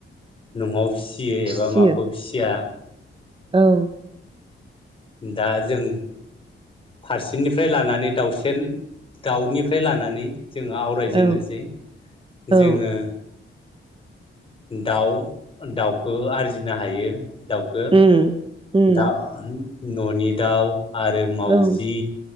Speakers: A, on the left (about 25°); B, on the right (about 25°).
A: न'आव फिसियो
B: फिसियो
A: एबा माखौ फिसिया
B: औ
A: दा जों फारसेनिफ्राय लानानै लानानै दाउसेन दाउनिफ्राय लानानै जोङो आवरायजेननोसै
B: औ
A: जोङो
B: औ
A: दाउ दाउखौ आरजिनो हायो दाउखो
B: उम उम
A: दाउ न'नि दाउ आरो मावजि
B: औ